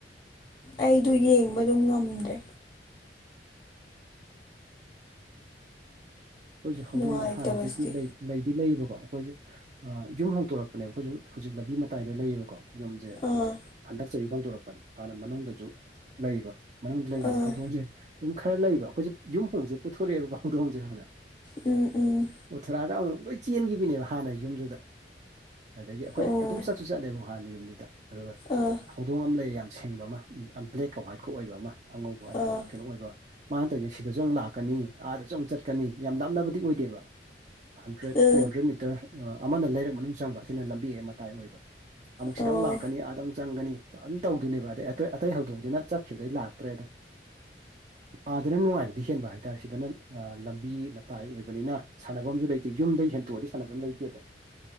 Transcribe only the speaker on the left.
ꯑꯩꯗꯨ ꯌꯦꯡꯕꯗꯨꯝ ꯉꯝꯗ꯭ꯔꯦ
ꯅꯨꯡꯉꯥꯏꯇꯕꯁꯤꯗꯤ
ꯑꯥ
ꯑꯥ
ꯎꯝ ꯎꯝ
ꯑꯣ
ꯑꯥ
ꯑꯥ
ꯑ
ꯑꯣ